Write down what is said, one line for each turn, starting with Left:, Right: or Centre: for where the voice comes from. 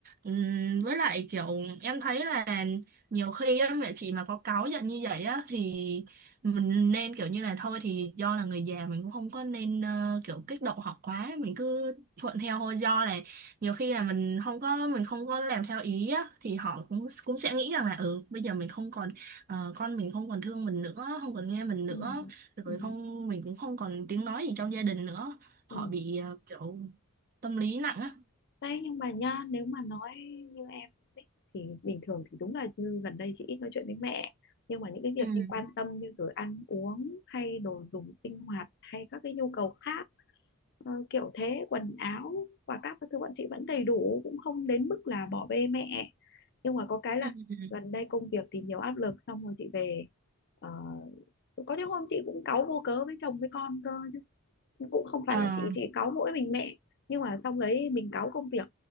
Right: Ừm, với lại kiểu em thấy là nhiều khi á, mẹ chị mà có cáu giận như vậy á thì mình nên kiểu như là thôi thì do là người già mình cũng không có nên ờ, kiểu kích động họ quá mình cứ thuận theo thôi do là nhiều khi là mình không có mình không có làm theo ý á, thì họ cũng cũng sẽ nghĩ rằng là ừ bây giờ mình không còn ờ, con mình không còn thương mình nữa không còn nghe mình nữa
Left: ừ
Right: rồi
Left: ừ
Right: không mình cũng không còn tiếng nói gì trong gia đình nữa họ
Left: ừ
Right: bị ờ, kiểu tâm lý nặng á
Left: Đấy nhưng mà nhá nếu mà nói như em ấy, thì bình thường thì đúng là như gần đây chị ít nói chuyện với mẹ nhưng mà những cái việc
Right: ừ
Left: như quan tâm như rồi ăn uống hay đồ dùng sinh hoạt hay các cái nhu cầu khác ờ, kiểu thế quần áo và các cái thứ bọn chị vẫn đầy đủ cũng không đến mức là bỏ bê mẹ nhưng mà có cái là
Right: ừ
Left: gần đây công việc thì nhiều áp lực xong rồi chị về ờ, có những hôm chị cũng cáu vô cớ với chồng với con cơ cũng không phải
Right: à
Left: là chị chị cáu mỗi mình mẹ nhưng mà xong đấy mình cáu công việc